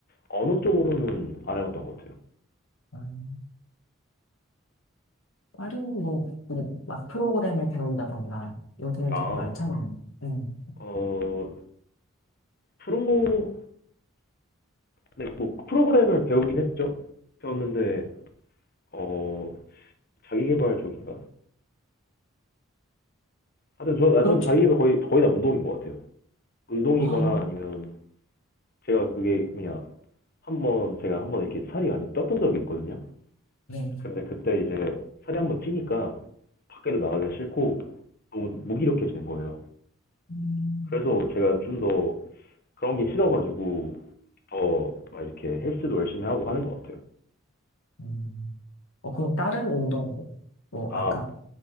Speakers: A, on the left; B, on the left.
A: 언어 쪽으로는 안 해봤던 것 같아요.
B: 음. 다른 뭐, 그런 막 프로그램을 배운다던가, 요새는
A: 아,
B: 되게 많잖아요. 음.
A: 어, 프로, 네, 뭐 프로그램을 배우긴 했죠. 배웠는데 어, 자기계발 쪽인가? 하여튼 저,
B: 그렇죠.
A: 아, 전 자기계발 거의 거의 다 운동인 것 같아요. 운동이거나
B: 아,
A: 아니면 제가 그게 뭐냐 한번 제가 한번 이렇게 살이 완전 떴던 적이 있거든요.
B: 네.
A: 근데 그때 이제 살이 한번 찌니까 밖에도 나가기가 싫고 너무 무기력해지는 거예요.
B: 음.
A: 그래서 제가 좀 더 그런 게 싫어가지고 더 막 이렇게 헬스도 열심히 하고 하는 것 같아요.
B: 음. 어, 그럼 다른 운동, 뭐, 뭐
A: 아,
B: 아까